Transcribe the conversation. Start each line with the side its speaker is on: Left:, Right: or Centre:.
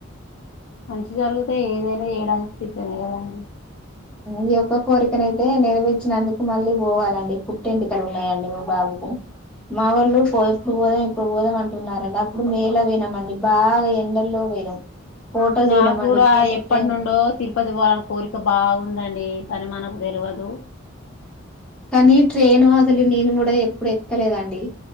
Left: మంచి జరిగితే ఏదైనా చేయడానికి సిద్ధమే కదాండి
Centre: ఈ ఒక్క కోరికనయితే నెరవేర్చినందుకు మళ్ళీ పోవాలండి పుట్టెంట్రుకలు ఉన్నాయండి మా బాబు పో మా వాళ్ళు పో ఎప్పుడు పోదాం ఇప్పుడు పోదాం అంటున్నారండి అప్పుడు మే లో పోయినామ్ అండి బాగా ఎండల్లో పోయినాం ఫోటోలు
Left: నాకు
Centre: దిగినమండి
Left: కూడా
Centre: ఫోటో
Left: ఎప్పటి
Centre: ఫ్రేమ్
Left: నుండో తిరుపతి పోవాలని కోరిక బాగుంది ఉందండి అది మనకు తెలవదు
Centre: కానీ ట్రైన్ అసలు నేను కూడా ఎప్పుడు ఎక్కలేదండి